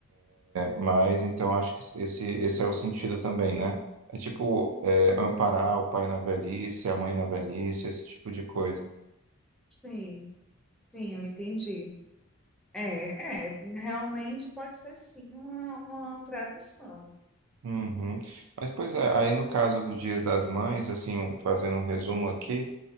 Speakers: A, on the right; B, in the centre.
A: Mas então acho que esse, esse é o sentido também, né? É tipo é, amparar o pai na velhice, a mãe na velhice, esse tipo de coisa.
B: Sim. Sim, eu entendi. É, é, realmente pode ser sim uma, uma tradução.
A: Uhum. Mas pois é, aí no caso do Dias das Mães, assim, um, fazendo um resumo aqui,